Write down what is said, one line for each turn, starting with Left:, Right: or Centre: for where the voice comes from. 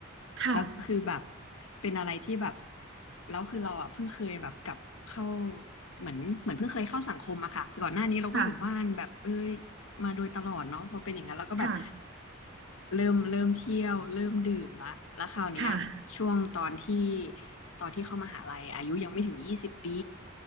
Right: ค่ะ
Left: แล้วคือแบบเป็นอะไรที่แบบแล้วคือเราอ่ะเพิ่งเคยแบบกลับเข้าเหมือนเหมือนเพิ่งเคยเข้าสังคมอะค่ะก่อนหน้านี้เราก็อยู่บ้านแบบเอ้ย
Right: ค่ะ
Left: มาโดยตลอดเนาะพอเป็นอย่างนั้นเราก็แบบ
Right: ค่ะ
Left: เริ่มเริ่มเที่ยวเริ่มดื่มละแล้วคราวเนี้ยช่วงตอนที่
Right: ค่ะ
Left: ตอนที่เข้ามหาลัยอายุยังไม่ถึงยี่สิบปี